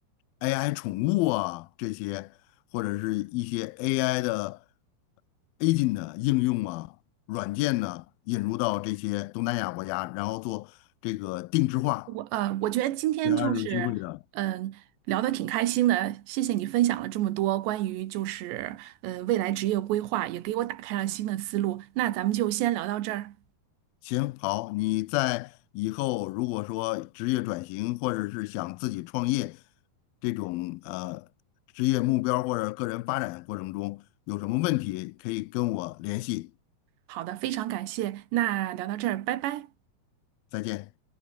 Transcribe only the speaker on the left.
AI 宠物啊这些，或者是一些 AI 的 agent 的应用啊、软件呢，引入到这些东南亚国家，然后做这个定制化，
这还是有机会的。
行，好，你在以后如果说职业转型，或者是想自己创业这种呃职业目标或者个人发展过程中有什么问题，可以跟我联系。
再见。